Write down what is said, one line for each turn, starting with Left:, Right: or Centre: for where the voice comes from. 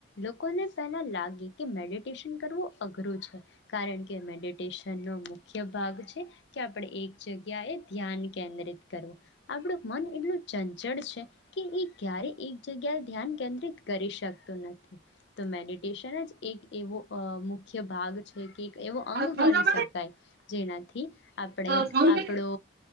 Left: લોકોને પહેલાં લાગે કે મેડિ ડટેન કરવું અઘરું છે કારણ કે મેડિટેશનનો મુખ્ય ભાગ છે કે આપણે એક જગ્યાએ ધ્યાન કેન્દ્રિત કરવું આપણું મન એટલું ચંચળ છે કે એ ક્યારેય એક જગ્યાએ ધ્યાન કેન્દ્રિત કરી શકતું નથી તો મેડિટેશન જ એક એવો અ મુ મુખ્ય ભાગ છે કે એવો અંગ
Right: પગલા
Left: ગણી શકાય જેનાથી આપણે
Right: લેવા
Left: આપણો
Right: જોઈએ?